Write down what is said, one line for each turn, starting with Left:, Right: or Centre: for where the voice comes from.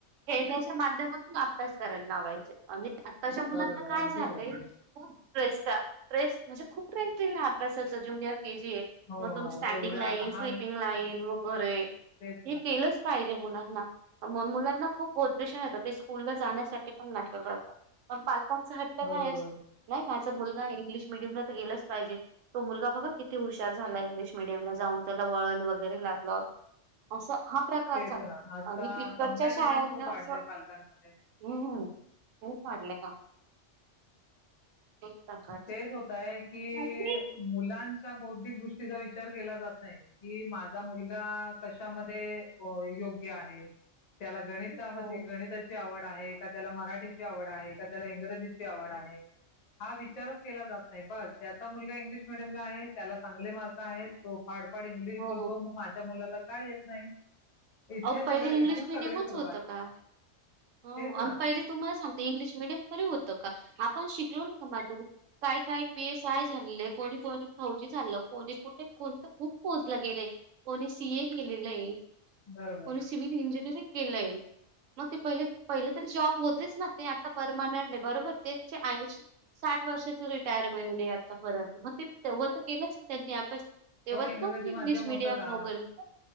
Right: खेळण्याच्या माध्यमातून अभ्यास करायला लावायचा आणि आता अशा मुलांना
Left: बरोबर.
Right: काय
Left: अगदी
Right: झालंय
Left: बरोबर.
Right: हो फ्रेसचा प्र्रेस म्हणजे खूप प्र्रेसटई ना आप्यासचं ज्युनियर के जी
Left: हो,
Right: मग
Left: हो.
Right: तुम् स्टँडिंग
Left: एवढ्या
Right: लाईन
Left: लहान
Right: स्लीपिंग लाईन मग गरे
Left: तेच ना
Right: हे केलंच पाहिजे मु मु मुलांना खूप बदेशण येतं ते स्कूल ला जाण्यासाठी पण नाही डा डा डा अ पा हट्ट
Left: बरोबर
Right: काय असतो नाही माझ मुलगा इंग्लिश मिीडियमला तर गेलाच पाहिजे तो मुलगा बघा किती हुशार झाला इंग्लिश मिडियम ला जाऊन त्याला वळण वगैरे लागलं असं हा प्रकार
Left: तेच
Right: चालू
Left: ना असा
Right: आणि इकडच्या
Left: कंपॅरिझन
Right: शाळांना
Left: खूप वाढलंय
Right: असं
Left: पालकांमध्ये
Right: हम्म खूप वाढलं काम खूप प्रकारचे.
Left: तेच होतय की
Right: नाही.
Left: मुलांच्या बौद्धिक गोष्टीचा विचार केला जात नाही कि माझा मुलगा कशामध्ये हो य त्याला गणितामध्येध
Right: हो.
Left: गणिताची आवड आहे का त्याला मराठीची आवड आहे का त्याला इंग्रजीची आवड आहे हा विचारच केला जात नाही बस त्याचा मुलगा इंग्लिश मिीडियमला आहे त्याला चांगले मार्क आहेत तो पाडपाड इंग्लिश
Right: हो.
Left: बोलतो मग माझ्या मुलाला काय येत नाही इथे
Right: अ
Left: सगळं
Right: पहिले इंग्लिश
Left: इथून
Right: मिीडियमच
Left: सगळी सुरुवात
Right: होतं का आणि
Left: तेच ना
Right: पहिले तुम्हाला सांगत इंग्लिश मिीडियम तरी होतं का आपण शिक ो माध्यम काय काय पी एस आय झालेलं आहे कोणी कोणी फौजी झालं कोणी कुठे कोणत खूप पोचलं गेलंय कोणी सीए केलेलं आहे
Left: बरोबर
Right: कोण सि इंजियरंग केलंय मग ते पहिले पहिले तरी जॉब होतेच ना ते आता परमानंट बरोबर त्यांचे आऐशी साठ वर्षाच रिटायरमें आतापर्यंत मग ते ते तर केलंच ना त्यांनी अभ्यास तेव्हा
Left: इंग्रजी
Right: तर नक
Left: माध्यम
Right: इंग्लिश
Left: होतं
Right: मीडियम
Left: का
Right: मगल